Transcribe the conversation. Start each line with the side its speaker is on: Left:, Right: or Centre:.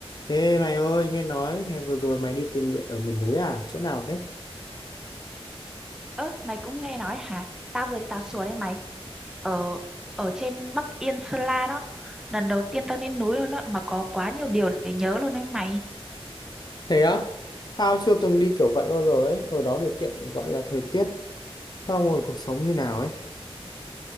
Left: Ê mày ơi, nghe nói hè vừa rồi mày đi tình nguyện ở miền núi à? Chỗ nào thế?
Centre: Ơ, mày cũng nghe nói hả? Tao vừa đi tàu sùa đấy mày. Ở ở trên Bắc Yên Sơn La đó. Lần đầu tiên tao lên núi luôn đó mà có quá nhiều điều để nhớ luôn đấy mày.
Left: thế á Tao chưa từng đi kiểu vậy bao giờ ấy. Ở đó điều kiện gọi là thời tiết, xong rồi cuộc sống như nào ấy.